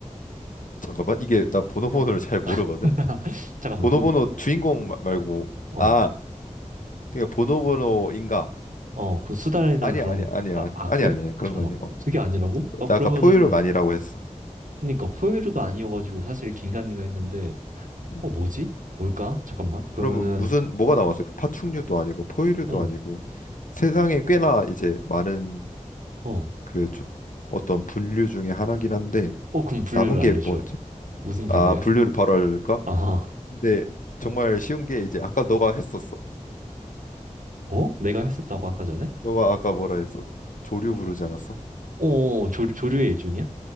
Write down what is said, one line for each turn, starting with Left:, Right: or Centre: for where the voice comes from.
Left: 잠깐만 이게 나 보노보노를
Right: 어,
Left: 잘 모르거든.
Right: <laughs> 잠깐만.
Left: 보노보노
Right: 그,
Left: 주인공 마- 말고
Right: 어.
Left: 아 그러니까 보노보노인가?
Right: 어, 그 수달이랑
Left: 아니야
Right: 그런,
Left: 아니야 아니야
Right: 아, 아,
Left: 아니야
Right: 그래?
Left: 아니야 그런
Right: 잠깐만.
Left: 거 아니야. 어.
Right: 그게 아니라고? 나
Left: 나
Right: 그러면은,
Left: 아까 포유류가 아니라고 했어.
Right: 그니까, 포유류가 아니어가지고 사실 긴가민가 했는데,
Left: 음.
Right: 어, 뭐지? 뭘까? 잠깐만. 그러면은,
Left: 그러면 무슨 뭐가 나왔을까? 파충류도 아니고 포유류도
Right: 어,
Left: 아니고 세상에 꽤나 이제 많은
Right: 어,
Left: 그 조- 어떤 분류 중에 하나긴 한데
Right: 어, 그럼 분류를
Left: 남은
Right: 알려줘.
Left: 게 뭐였지?
Right: 무슨 분류야?
Left: 아 분류를 바로 알려줄까?
Right: 아,
Left: 근데 정말 쉬운 게 이제 아까 너가 했었어.
Right: 어? 내가 했었다고 아까 전에?
Left: 너가 아까 뭐라 했어? 조류 부르지 않았어?
Right: 어, 어, 조, 조류의 일종이야?